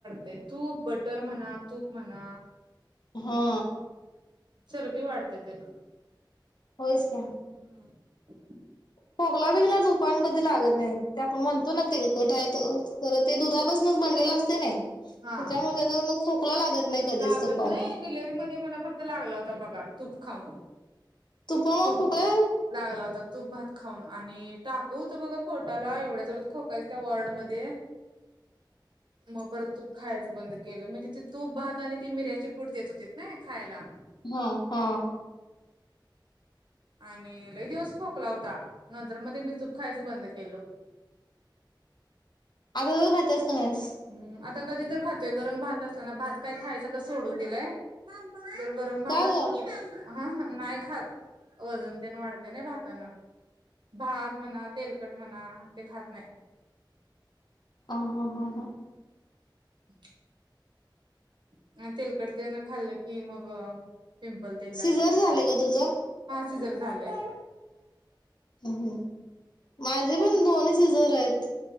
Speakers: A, on the right; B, on the left.
A: ते तूप, बटर म्हणा तूप म्हणा
B: हा
A: चरबी वाढत्या तेन
B: होयच का
A: <unintelligible>
B: खोकला बिगला झोपण कधी लागत नाही ते आपण म्हणतो ना तेलकट हाय त खरं ते दुधापासनच बनलेलं असतय नै
A: हा
B: त्याच्यामुळे तेज तुला लागत नाही कधीच
A: लागत
B: तुपान
A: नाही डिलव्हरी मध्ये मला फक्त लागला होता बघा तूप खाऊन
B: तुपा मग
A: तूप
B: खोकला
A: लागला होता तूप भात खाऊन आणि टाक होतं बघा पोटाला एवढ्या जरर खोकायच त्या वॉर्ड मधे मग परतू खायचं बंद केलं म्हणजे ते तूप भात आणि ती मिर्याची पूट देत होती ना खायला
B: हा हा
A: आणि लई दिवस खोकला होता नंतर मध्ये मी तूप खायचं बंद केलं
B: अगोदर खात्यास पाास
A: हम्म आता कधी तर खातोय गरम भात असला ना भात काय खायच तर सोडून दिलाय जर गरम भात
B: का
A: असल
B: ग
A: तर हा हा नाही खात वजन तेन वाढते नाही भाताानं भात म्हणा तेलकट म्हणा ते खात नाही
B: अ हा हा हा
A: <inaudible> <inaudible> तेलकटतेन खाल्लं की मग पिंपल तेंन जास्त
B: सिझर
A: उठतय.
B: झाले का तुझं
A: सिजर झालंय.
B: हम्म. माझे पण दोन्ही सीझर आहेत.